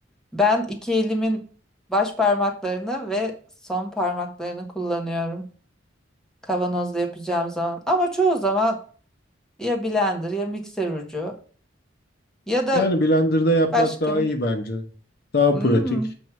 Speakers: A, in the centre; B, on the left (about 55°).
A: Ben iki elimin baş parmaklarını ve son parmaklarını kullanıyorum kavanozda yapacağım zaman. Ama çoğu zaman Ya blender ya mikser ucu ya da
B: Yani blenderda yapmak
A: başka.
B: daha iyi bence. Daha
A: Hmm,
B: pratik.